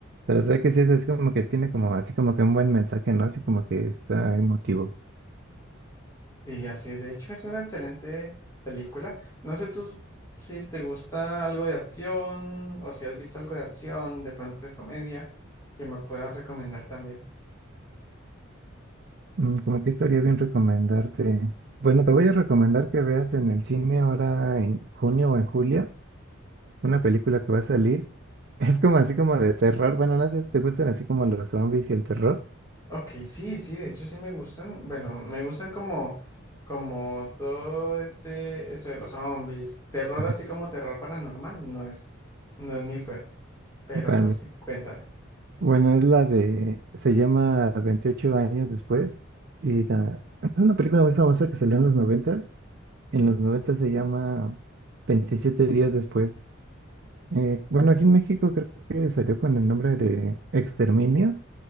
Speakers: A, on the right; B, on the left.
A: Pero sé que sí es así como que tiene como así como que un buen mensaje, ¿no? Así como que está emotivo.
B: Sí, así es. De hecho, es una excelente película. No sé tú si te gusta algo de acción o si has visto algo de acción, de pronto de comedia, que me puedas recomendar también.
A: Mm, como que estaría bien recomendarte. Bueno, te voy a recomendar que veas en el cine ahora en junio o en julio. Una película que va a salir. <laughs> Es como así como de terror. Bueno, no sé si te gustan así como los zombies y el terror.
B: Ok, sí, sí, de hecho sí me gustan. Bueno, me gustan como, como todo este, eso de los zombies. Terror
A: <laughs>
B: así como terror paranormal, no es, no es mi fuerte. Pero
A: Vale.
B: sí, cuéntame.
A: Bueno, es la de, se llama veintiocho años después. Y la- es una película muy famosa que salió en los noventas En los noventas se llama veintisiete días después. Eh, bueno, aquí en México creo que salió con el nombre de Exterminio.